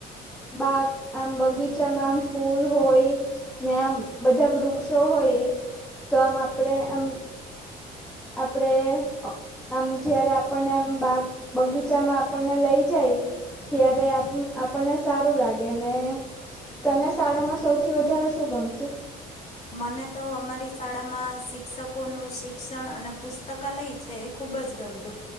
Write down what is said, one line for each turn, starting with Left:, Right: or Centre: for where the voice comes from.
Centre: બા આમ બગીચામાં આમ ફૂલ હોય ને આમ બધા વૃક્ષો હોય તો આમ આપડે આમ આપણે આમ જયારે આપણને આમ બા બગીચામાં આપણને લઈ જાય ત્યારે આપણને સારું લાગે અને તને શાળામાં સૌથી વધારે શું ગમતું
Left: મને તો અમારી શાળામાં શિક્ષકોનું શિક્ષણ અને પુસ્તકાલય છે એ ખૂબ જ ગમતું